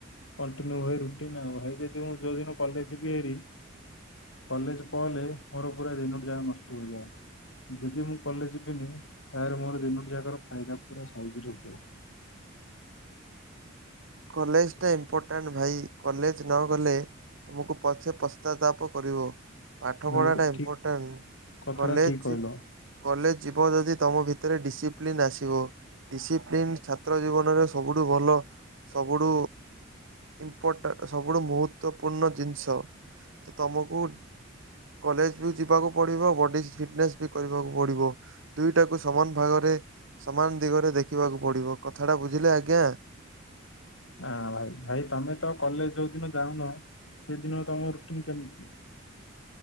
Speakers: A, on the left; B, on the right.
A: କଣ୍ଟିନ୍ୟୁ ହୁଏ ରୁଟିନ ଆଉ ହେଇ ଯଦି ମୁ ଯୋଉଁଦିନ କଲେଜ ଯିବି ହେରି କଲେଜ ପଳେଇ ଲେ ମୋର ପୁରା ଦିନଟି ଯାହା ନଷ୍ଟ ହେଇଯାଏ। ଯଦି ମୁଁ କଲେଜ ଯିବିନି ତାହେଲେ ମୋର ଦିନଟି ଯାକର ଫାଇଦା ପୁରା ସାହଜରେ ହୁଏ।
B: କଲେଜଟା ଇମ୍ପୋର୍ଟାଣ୍ଟ୍ ଭାଇ କଲେଜ ନ ଗଲେ ତୁମକୁ ପଛେ ପଶ୍ଚାତାପ କରିବ। ପାଠପଢା
A: ଭାଇ
B: ଟା ଇମ୍ପୋର୍ଟାଣ୍ଟ
A: ଠିକ କଥାଟା
B: କଲେଜ
A: ଠିକ କହିଲ
B: କଲେଜ ଯିବ ଯଦି। ତମ ଭିତରେ ଡିସିପ୍ଲିନ ଆସିବ ଡିସିପ୍ଲିନ ଛାତ୍ର ଜୀବନରେ ସବୁଠୁ ଭଲ। ସବୁଠୁ ଇମ୍ପପୋଟାଣ୍ଟ ସବୁଠୁ ମହତ୍ବପୂର୍ଣ୍ଣ ଜିନିଷ। ତ ତମକୁ କଲେଜ ବି ଯିବାକୁ ପଡିବ ବଡିସ ଫିଟନେସ୍ ବି କରିବାକୁ ପଡିବ। ଦୁଇଟାକୁ ସମାନ ଭାଗରେ ସମାନ ଦିଗରେ ଦେଖିବାକୁ ପଡିବ କଥାଟା ବୁଝିଲେ ଆଜ୍ଞା।
A: ହାଁ ଭାଇ ତମେ ତ କଲେଜ ଯୋଉ ଦିନ ଯାଉନ ସେଦିନ ତମ ରୁଟିନ କେମିତି?